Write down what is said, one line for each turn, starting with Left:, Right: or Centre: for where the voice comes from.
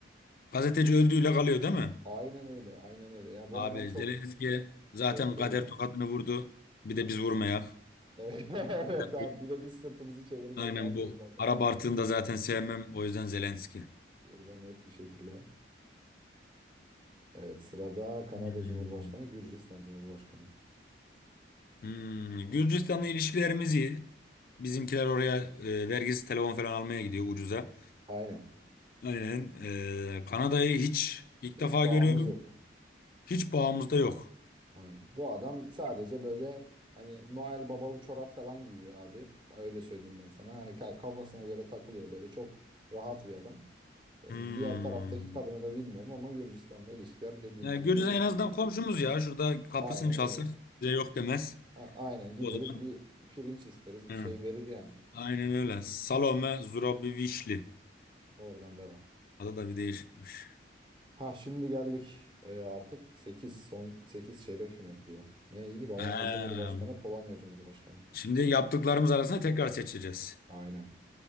Left: Gazeteci öldüğüyle kalıyor değil mi?
Right: Aynen öyle aynen öyle. Ya bu
Left: Abi
Right: adam çok
Left: Zelenski zaten
Right: tehlikeli
Left: kader
Right: bir adam.
Left: tokadını vurdu. Bir de biz vurmayak.
Right: Evet, <laughs> evet
Left: Bir de
Right: abi
Left: bu-
Right: bir de biz sırtımızı çevirmeyek
Left: Aynen
Right: herkes
Left: bu.
Right: zaten.
Left: Arap artığını zaten sevmem. O yüzden Zelenski.
Right: Burada net bir şekilde. Evet sırada Kanada
Left: Hmm.
Right: Cumhurbaşkanı, Gürcistan Cumhurbaşkanı.
Left: Hmm. Gürcistan'la ilişkilerimiz iyi. Bizimkiler oraya e, vergisiz telefon falan almaya gidiyor ucuza.
Right: Aynen.
Left: Aynen. E, Kanada'yı hiç ilk defa
Right: Hiç bağımız
Left: görüyorum.
Right: yok.
Left: Hiç bağımızda yok.
Right: Aynen. Bu adam sadece böyle hani Noel babalı çorap falan giyiyor abi. Öyle söyleyeyim ben sana. Hani ka- kafasına göre takılıyor böyle çok rahat bir adam. Ee,
Left: Hmm.
Right: diğer taraftaki kadını da bilmiyorum ama Gürcistan'la ilişkiler dediğim
Left: Yani
Right: gibi
Left: Gürcistan
Right: iyi.
Left: en azından komşumuz ya. Şurada kapısını
Right: Aynen
Left: çalsın.
Right: öyle.
Left: Bize yok demez.
Right: Ha, aynen gideriz
Left: O zaman.
Right: bir pirinç isteriz bir
Left: Hı.
Right: şey verir yani.
Left: Aynen öyle. Salome Zurabivişli.
Right: Oradan devam.
Left: Adı da bir değişikmiş.
Right: Ha şimdi geldik Ee, artık 8 son 8 çeyrek final diyor. Neyi? Romanya
Left: Ha,
Right: Cumhurbaşkanı, Polonya Cumhurbaşkanı.
Left: Şimdi yaptıklarımız arasında tekrar seçeceğiz.
Right: Aynen.